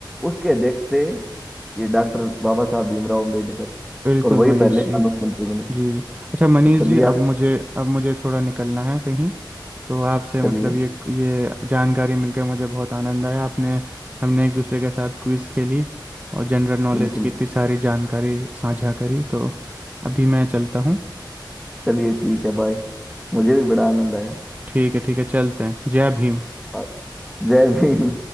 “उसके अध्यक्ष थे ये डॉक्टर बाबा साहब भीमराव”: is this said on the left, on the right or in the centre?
Centre